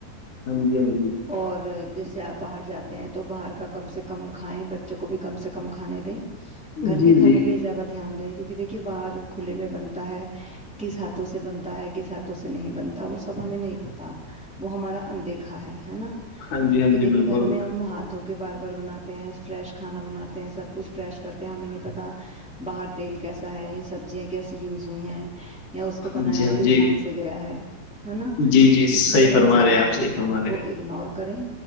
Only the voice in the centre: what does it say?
اور جیسے آپ باہر جاتے ہیں تو باہر کا کم سے کم کھائیں بچوں کو بھی کم سے کم کھانے دیں گھر
کے کھانے
پہ ہی زیادہ دھیان دیں کیونکہ دیک کہ باہر کھلے میں بنتا ہے کس ہاتھوں سے بنتا ہے کس ہاتھوں سے نہیں بنتا وہ سب ہمیں نہیں پتہ وہ ہمارا اندیکھا ہے ہے نا
کہ دیکھیے
گھر میں ہم ہاتھ دھو کے بار بار بناتے ہیں فریش کھانا بناتے ہیں سب کچھ فریش کرتے ہیں ہمیں نہیں پتہ باہر تیل کیسا ہے یا سبزیاں کیسی یوز ہوئی ہیں یا اس کو
بنایا
کس
ڈھنگ سے گیا ہے ہے نا
اس لیے تھوڑا
سا
باہر
کے کھانے
کو
اگنور کریں